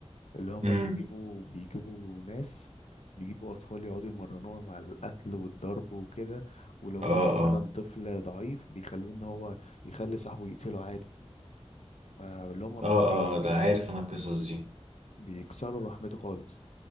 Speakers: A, on the left (about 75°); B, on the right (about 75°).
A: اللي هما
B: امم
A: بيجيبوا بيجيبوا ناس بيجيبوا اطفال يقعدوا يمرنوهم على القتل والضرب وكده ولو
B: اه
A: في مثلا
B: اه
A: طفل ضعيف بيخلوه ان هو يخلي صاحبه يقتله عادي آه اللي هما
B: اه
A: بي...
B: اه ده عارف انا القصص دي
A: بيكسروا رحمته خالص